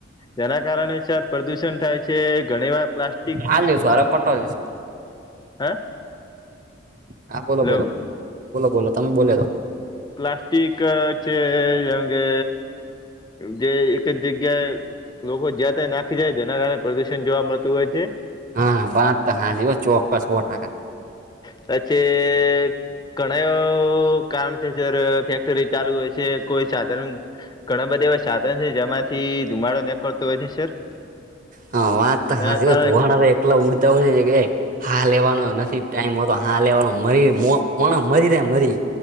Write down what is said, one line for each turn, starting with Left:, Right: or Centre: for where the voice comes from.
Left: જેના કારણે સર પ્રદુષણ થાય છે. ઘણી વાર પ્લાસ્ટ
Right: <inaudible>
Left: હા
Right: હા બોલો
Left: લવ
Right: બોલો. બોલો બોલો તમે બોલીએ રો.
Left: પ્લાસ્ટિક છે જેમ કે જે એક જ જગ્યાએ લોકો જ્યાં ત્યાં નાખી દે. જેના કારણે પ્રદુષણ જોવા મળતું હોય છે.
Right: હા બાત તો હાસી હો ચોક્કસ હો ટકા.
Left: પછે ઘણા એ કારણ છે જ્યારે ફેક્ટરી ચાલુ હોય છે કોઈ સાધન ઘણા બધા એવા સાધન છે જેમાંથી ધુમાડો નિકળતો હોય છે સર.
Right: હા વાત તો
Left: તેના
Right: હાસી
Left: કારણે
Right: હો. ધુવાણા એકલા ઉડતા હોય છે કે હાહ લેવાનો નથી ટાઈમ હોતો, હાહ લેવાનો મરી મોણ મરી રે મરી.